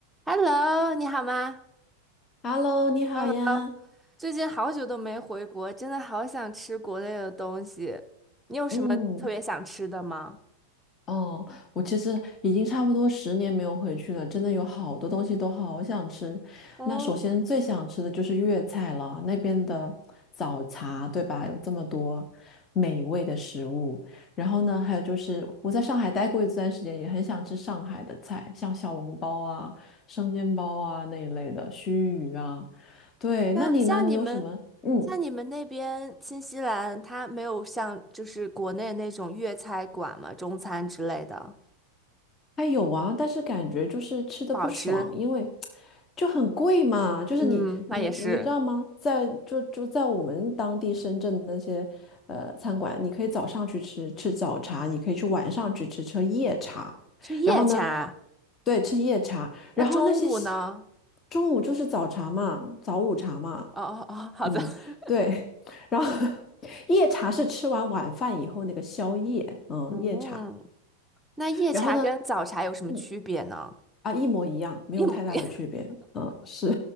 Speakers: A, in the centre; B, on the left (about 25°).
A: Hello，你好吗？
B: Hello，你好呀。
A: Hello，最近好久都没回国，真的好想吃国内的东西。你有什么特别想吃的吗？
B: 嗯，哦，我其实已经差不多十年没有回去了，真的有好多东西都好想吃。
A: 嗯，
B: 那首先最想吃的就是粤菜了，那边的早茶，对吧？有这么多美味的食物。然后呢，还有就是我在上海待过一段时间，也很想吃上海的菜，像小笼包啊、生煎包啊那一类的，须鱼啊。对，
A: 像像你们，
B: 那你呢？你有什么？嗯。
A: 像你们那边新西兰，它没有像就是国内那种粤菜馆嘛，中餐之类的，
B: 还有啊，但是感觉就是吃的不爽，
A: 不好吃。
B: 因为就很贵嘛。就是你你你知道吗？
A: 嗯，那也是
B: 在就就在我们当地深圳的那些呃餐馆，你可以早上去吃吃早茶，你可以去晚上去吃吃夜茶，
A: 吃夜茶。
B: 然后呢，对，吃夜茶，
A: 那中午呢？
B: 然后那些西中午就是早茶嘛，早午茶嘛，
A: 哦哦哦，好的。
B: 嗯，
A: <laughs>
B: 对，<laughs> 然后夜茶是吃完晚饭以后那个宵夜，嗯，
A: 嗯，
B: 夜茶，
A: 那夜茶跟早茶有什么区别呢？
B: 然后呢？嗯。啊，一模一样，没有太大的区别。
A: 一模 <laughs> 一
B: 嗯，是